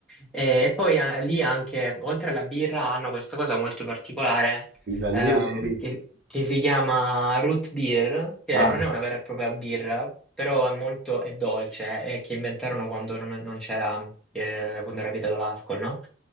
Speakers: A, in the centre; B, on the right.
A: e, poi ah, lì anche, oltre alla birra, hanno questa cosa molto particolare
B: I taglieri.
A: ehm, che, che si chiama root beer, che
B: Ah,
A: non è una vera e propria birra, però è molto è dolce eh, e che inventarono quando non, non c'era, eh, quando era vietato l'alcol, no?